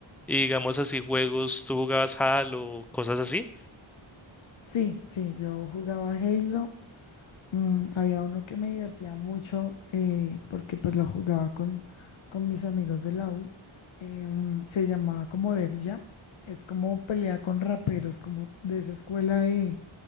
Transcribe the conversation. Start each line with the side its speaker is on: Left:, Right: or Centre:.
Centre: Y digamos así, juegos, ¿tú jugabas Halo cosas así?
Left: Sí, sí, yo jugaba Halo. mm, había uno que me divertía mucho eh, porque pues lo jugaba con, con mis amigos de la U. em, se llamaba como Def Jam. Es como pelea con raperos, como de esa escuela de,